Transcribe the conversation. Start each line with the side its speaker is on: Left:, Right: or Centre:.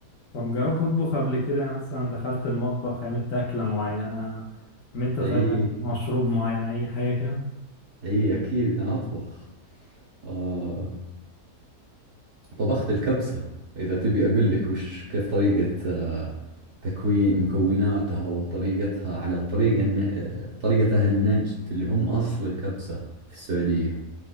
Left: طب جربت تطبخ قبل كده يعني مثلا دخلت المطبخ عملت أكلة معينة عملت طيب
Right: أي
Left: مشروب معين أي حاجة كده
Right: أي أكيد أنا أطبخ آه طبخت الكبسة إذا تبي أقول لك وش كيف طريقة آه، تكوين مكوناتها وطريقتها على الطريقة الن... آه، طريقة أهل نجد اللي هم أصل الكبسة في السعودية